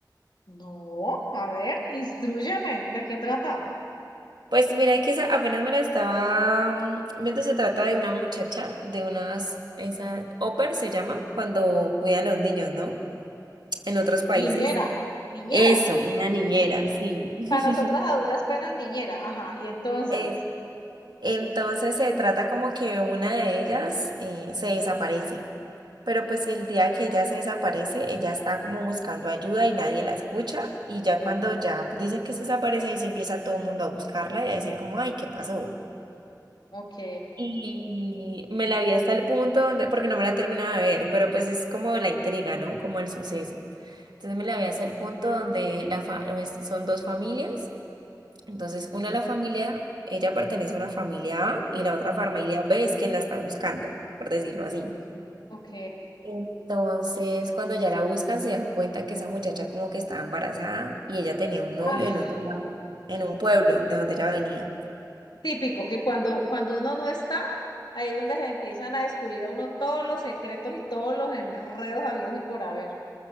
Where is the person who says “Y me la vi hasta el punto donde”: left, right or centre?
Right